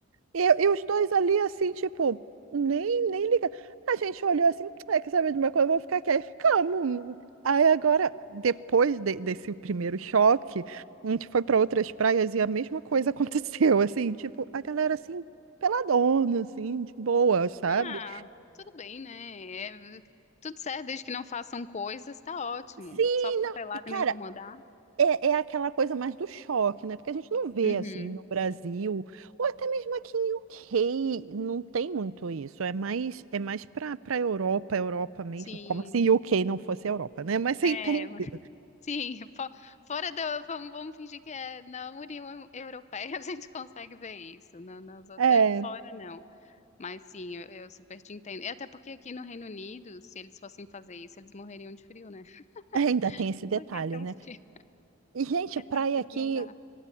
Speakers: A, on the right; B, on the left.
A: E, e os dois ali, assim, tipo, nem, nem liga. A gente olhou assim, é que sabe de uma coisa, vamos ficar aqui. Aí ficamos. Aí agora, depois de- desse primeiro choque, a gente foi para outras praias e a mesma coisa <laughs> aconteceu, assim, tipo, a galera assim, peladona, assim, de boa, sabe?
B: Ah, tudo bem, né? É, tudo certo, desde que não façam coisas, tá ótimo.
A: Sim,
B: Só ficar
A: não.
B: pelado
A: E, Cara,
B: e não incomodar.
A: É, é aquela coisa mais do choque, né? Porque a gente não vê
B: Uhum.
A: assim no Brasil, ou até mesmo aqui em UK, não tem muito isso. É mais é mais para para Europa, Europa mesmo,
B: Sim.
A: como se UK não fosse Europa, né? Mas você
B: É,
A: entendeu.
B: Sim, fo- fora da. Vamos, vamos fingir que é na União Europeia <laughs> a gente consegue ver isso. Na, nas outras,
A: É,
B: fora não. Mas sim, eu, eu super te entendo. E até porque aqui no Reino Unido, se eles fossem fazer isso, eles morreriam de frio, né? <laughs>
A: ainda tem esse detalhe,
B: Porque é tão
A: né?
B: frio,
A: E, gente,
B: é
A: praia
B: tão frio
A: aqui,
B: que não dá.